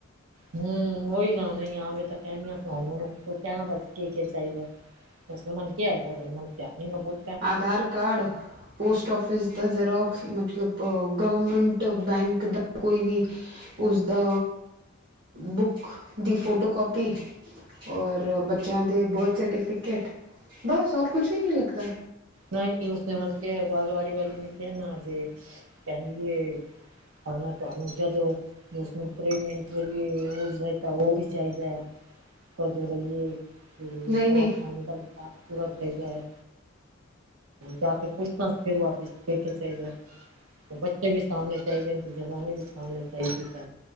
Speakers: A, on the right (about 90°); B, on the right (about 50°).
A: ਹਮ ਉਓਹੀ ਨਾ ਨਹੀਂ, ਆਵੇ ਤਾਂ ਕਹਿਣੀੀਆਂ ਸੁਣਾ ਕਹਿਣਾ ਬਸ ਕੀ ਕੀ ਚਾਹੀਦਾ। ਬਸਲ ਮਾਨ ਕੀ ਆ ਹੈ ਬ ਪਿਆ ਬਹੁਤ।
B: ਆਧਾਰ ਕਾਰਡ। ਪੋਸਟ ਆਫਿਸ ਦਾ ਜ਼ਰਾਕਸ ਮਤਲਬ ਗਵਰਮੈਂਟ ਬੈਂਕ ਦਾ ਕੋਈ ਵੀ।
A: <unintelligible>
B: ਉਸਦਾ ਬੁੱਕ ਦੀ ਫੋਟੋ ਕਾਪੀ। ਔਰ ਬੱਚਿਆਂ ਦੇ ਬਰਥ ਸਰਟੀਫਿਕੇਟ। ਬਸ ਹੋਰ ਕੁਛ ਵੀ ਨਹੀਂ ਲੱਗਦਾ।
A: ਨਹੀਂ- ਨਹੀਂ ਮੁਸਲਮਾਨ ਕਿਹਾ ਬਾਲਵਾੜੀ ਵਾਲੀ ਨੇ ਕਿਹਾ ਨਾ। ਜੇ ਕਦੀਏ ਕਰਣਾ ਤਾਂਨੂੰ ਜਦੋਂ ਉਸਨੂੰ ਪ੍ਰੇਗਨੈਂਟ ਵਏ ਉਸਦਾ ਤਾਂ ਉਹ ਵੀ ਚਾਹੀਦਾ ਆ। ਕੋਦ ਰਹੀ
B: ਨਹੀਂ
A: ਦਵਾ
B: ਨਹੀਂ
A: ਖ ਦ ਤੁਰਤ ਪੈ ਗਏ। ਜਾ ਕੇਰ ਪੁੱਛਣਾ। ਫਿਰ ਵਾਪਿਸ ਫਿਰ ਕੇ ਚਾਦਾ ਬੱਚੇ ਵੀ ਸਾਹਮਣੇ ਚਾਹੀਦੇ ਜਨਾਨੀ ਵੀ ਸਾਹਮਣੇ ਚਾਹੀਦੀ।